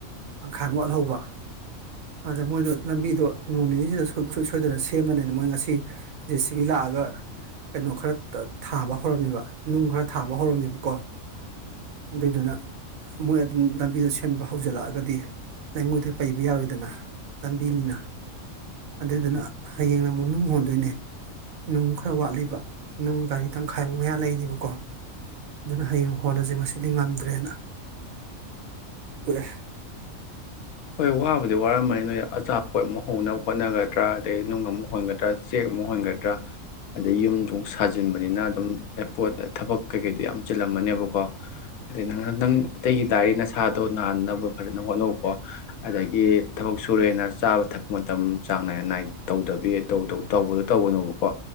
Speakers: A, on the right; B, on the left.
A: ꯇꯪꯈꯥꯏ ꯑꯝ ꯋꯥꯠꯍꯧꯕ ꯑꯗ ꯃꯣꯏꯗꯣ ꯂꯝꯕꯤꯗꯣ ꯅꯣꯡ ꯅꯤꯅꯤꯁꯤꯗ ꯁꯨꯡꯁꯣꯏ ꯁꯣꯏꯗꯅ ꯁꯦꯝꯃꯅꯤꯅ ꯃꯣꯏ ꯉꯁꯤ ꯖꯦꯁꯤꯕꯤ ꯂꯥꯛꯑꯒ ꯀꯩꯅꯣ ꯈꯔ ꯇ ꯊꯥꯕ ꯍꯧꯔꯝꯃꯦꯕ ꯅꯨꯡ ꯈꯔ ꯊꯥꯕ ꯍꯧꯔꯝꯃꯦꯕꯀꯣ ꯑꯗꯨꯏꯗꯨꯅ ꯃꯣꯏ ꯑꯗꯨꯝ ꯂꯝꯕꯤꯗꯨ ꯁꯦꯝꯕ ꯍꯧꯖꯜꯂꯑꯒꯗꯤ ꯂꯩꯉꯣꯏꯗꯨ ꯄꯩꯕ ꯌꯥꯔꯣꯏꯗꯅ ꯂꯝꯕꯤꯅꯤꯅ ꯑꯗꯨꯏꯗꯨꯅ ꯍꯌꯦꯡꯅ ꯑꯃꯨꯛ ꯅꯨꯡ ꯍꯣꯟꯗꯣꯏꯅꯦ ꯅꯨꯡ ꯈꯔ ꯋꯥꯠꯂꯤꯕ ꯅꯨꯡ ꯒꯥꯔꯤ ꯇꯪꯈꯥꯏꯃꯨꯛ ꯃꯌꯥ ꯂꯩꯔꯤꯕꯀꯣ ꯑꯗꯨꯅ ꯍꯌꯦꯡ ꯍꯣꯜꯂꯁꯦ ꯉꯁꯤꯗꯤ ꯉꯝꯗ꯭ꯔꯦꯅ ꯇꯣꯛꯑꯦ
B: ꯍꯣꯏ ꯋꯥꯕꯨꯗꯤ ꯋꯥꯔꯝꯃꯅꯤ ꯅꯣꯏ ꯑꯆꯥꯄꯣꯠ ꯑꯃꯨꯛ ꯍꯧꯅꯕ ꯍꯣꯠꯅꯒꯗ꯭ꯔꯥ ꯑꯗꯩ ꯅꯨꯡ ꯑꯃꯨꯛ ꯍꯣꯟꯒꯗ꯭ꯔꯥ ꯆꯦꯛ ꯑꯃꯨꯛ ꯍꯣꯟꯒꯗ꯭ꯔꯥ ꯑꯗꯩ ꯌꯨꯝꯗꯨ ꯑꯃꯨꯛ ꯁꯥꯖꯤꯟꯕꯅꯤꯅ ꯑꯗꯨꯝ ꯑꯦ ꯄꯣꯠ ꯊꯕꯛ ꯀꯩꯀꯩꯗꯣ ꯌꯥꯝ ꯆꯤꯜꯂꯝꯃꯅꯦꯕꯀꯣ ꯑꯗꯩ ꯅꯪ ꯅꯪ ꯑꯇꯩꯒꯤ ꯗꯥꯔꯤ ꯅꯁꯥꯗꯣ ꯅꯥꯗꯅꯕ ꯐꯖꯅ ꯍꯣꯠꯅꯧꯀꯣ ꯑꯗꯒꯤ ꯊꯕꯛ ꯁꯨꯔꯦꯅ ꯆꯥꯕ ꯊꯛꯄ ꯃꯇꯝ ꯆꯥꯡ ꯅꯥꯏꯅ ꯅꯥꯏ ꯇꯧꯗꯕꯤ ꯇꯧꯇꯧ ꯇꯧꯕꯗꯣ ꯇꯧꯒꯅꯣꯕꯀꯣ